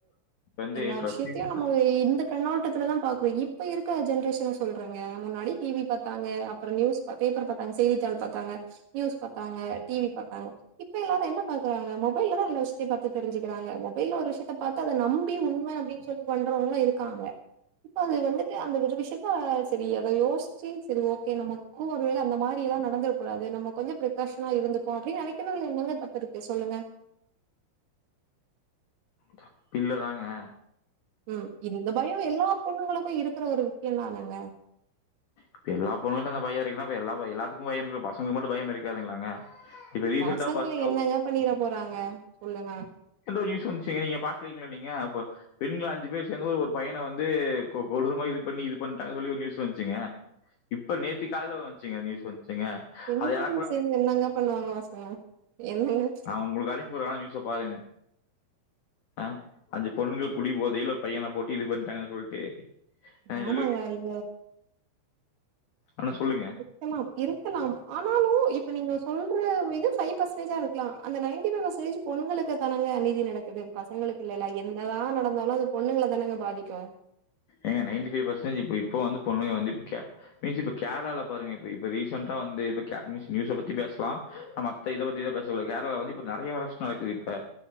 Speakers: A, on the left; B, on the right.
A: வந்து
B: எல்லா
A: ட்ரஸ்டிங்
B: விஷயத்தையு நம்ம இந்த கண்ணோட்டத்துலதா பாக்கு இப்ப இருக்க ஜென்ரேஷன சொல்றங்க முன்னாடி டீவி பாத்தாங்க அப்றோ நியூஸ் ப பேப்பர் பாத்தாங்க செய்தித்தாள் பாத்தாங்க நியூஸ் பாத்தாங்க டீவி பாத்தாங்க இப்ப எல்லாரு என்ன பாக்குறாங்க மொபைல்லதா எல்லா விஷத்தயு பாத்து தெரிஞ்சிகிறாங்க மொபைல்ல ஒரு விஷ்யத்த பாத் து அத நம்பி உண்ம அப்டின் சொல்லி பண்றவங்களு இருக்காங்க இப்ப அது வந்துட்டு அந்த ஒரு விஷயத்த செரி அத யோசிச்சு செரி ஓகே நம்ப கு ஒரு வேள அந்த மாரி எல்லா நடந்துட கூடாது நம்ம கொஞ்சோ பிரிக்காஷனா இருந்துப்போ அப்டின்னு நெனைக்குறதுல என்னங்க தப்பு இருக்கு சொல்லுங்க
A: தப்பில்லதாங்க
B: ம் இந்த பயோ எல்லா பொண்ணுங்களுக்கு இருக்கு ற ஒரு விஷ்யந்தானங்க
A: இப்ப எல்லா பொண்ணுங்களுக்கு அந்த பயோ இருக்குன்னா இப்ப எல்லா எல்லாத்துக்கு பயம் இருக்கு பசங்களுக்கு மட்டு பயம் இருக்காதுங்ளாங்க இப்ப ரீசெண்ட்டா
B: பசங்கள
A: பாத்தீ
B: என்னங்க
A: <inaudible>
B: பண்ணிற போறாங்க சொல்லுங்க
A: எந்த ஒரு நியூஸ் வந்துச்சுங்க நீங்க பாக்குலிங்களா நீங்க அப்ப பெண்கள் அஞ்சு பேர் சேந்து ஒரு பையன வந்து கொ கொடூரமா இது பண்ணி இது பண்ட்டாங்க சொல்லி ஒரு நியூஸ் வந்துச்சுங்க இப்ப நேத்து காலைல வந்துச்சுங்க நியூஸ் வந்துச்சுங்க
B: பெண்கள்
A: அது எனக்கு கூட
B: சேந்து என்னங்க பண்ணுவாங்க பசங்கள என்னங்க
A: நா உங்குளுக்கா ஒரு நாள் நியூஸ பாருங்க ஆ அந்த பொண்ணுங்க குடி போதைல ஒரு பையனை போட்டு இது பண்ட்டாங்கன்னு சொல்லிட்டு ஆ
B: ஆமாங்க
A: சொல்லி
B: அத
A: ஆனா சொல்லுங்க
B: க்கலா இருக்கலாம் ஆனாலு இப்ப நீங்க சொல்ற இது ஃபை பர்சன்டேஜா இருக்கலா அந்த நைட்டி ஃபை பர்சன்டேஜ் பொண்களுக்கு தானங்க அநீதி நடக்குது பசங்களுக்கு இல்லல என்னதா நடந்தாலு அது பொண்ணுங்கள தானங்க பாதிக்கு
A: ஏங்க நைன்டி ஃபைவ் பர்சன்டேஜ் இப்ப இப்போ வந்து பொண்ணுங்க வந்து இப்ப கே பேசி இப்ப கேரளால பாருங்க இப்ப இப்ப ரீசென்ட்டா வந்து இப்ப கே நியூஸ் நியூஸ பத்தி பேசலா நம இத பத்தி தா பேச கேரளால வந்து இப்ப நறைய அரெஸ்ட் நடக்குது இப்ப